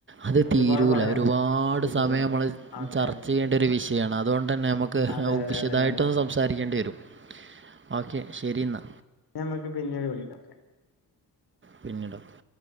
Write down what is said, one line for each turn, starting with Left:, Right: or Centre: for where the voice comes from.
Right: അത്
Left: ഒരുപാട്
Right: തീരൂല
Left: പറയാണ്ട്
Right: ഒരുപാട്
Left: തീരൂല
Right: സമയം നമ്മള്
Left: ഓക്കെ
Right: ചർച്ച ചെയ്യേണ്ട ഒരു വിഷയാണ് അതോണ്ടെന്നെ നമ ക്ക്
Left: അതെ അതെ
Right: വിശദായിട്ടൊന്ന്
Left: അതെ അതെ
Right: സംസാരിക്കേണ്ടി വെരും ഓക്കെ ശെരി ന്നാ
Left: ഇഞ്ഞമ്മക്ക് പിന്നീട് വിളിക്കാം ഓക്കെ
Right: പിന്നീടാക്ക